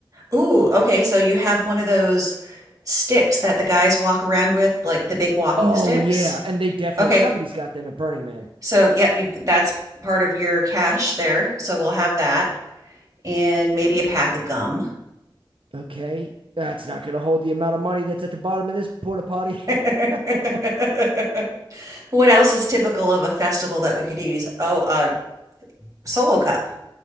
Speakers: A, on the right; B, on the right.
A: Ooh, okay. So you have one of those sticks that the guys walk around with, like the big walking
B: Oh
A: sticks.
B: yeah, and they definitely
A: Okay.
B: somebody's got them at Burning Man.
A: So, yep, you've, that's part of your cash there. So we'll have that and maybe a pack of gum.
B: Okay. That's not going to hold the amount of money that's at the bottom of this porta potty.
A: <laughs>
B: <laughs>
A: What else is typical of a festival that we could use? Oh, a solo cup.